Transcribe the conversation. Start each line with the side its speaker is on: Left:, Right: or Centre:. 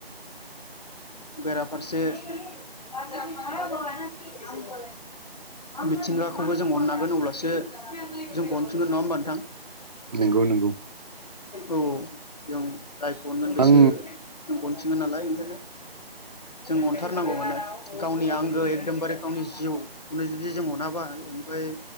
Left: बेराफारसे <unintelligible> मिथिंगाखौबो जों अननागोन अब्लासो जोंखौ अनफिनगोन नवा होमबा नोंथां
Right: नंगौ नंगौ
Left: औ जों जायखौ अनगोन बेसो
Right: आं
Left: जोंखौ अनफिनगोन नालाय ओंखायनो जों अनथारनांगौ मोनो गावनि आंगो एकदोमबारे गावनि जिउखौनो जुदि जों अनाबा ओमफाय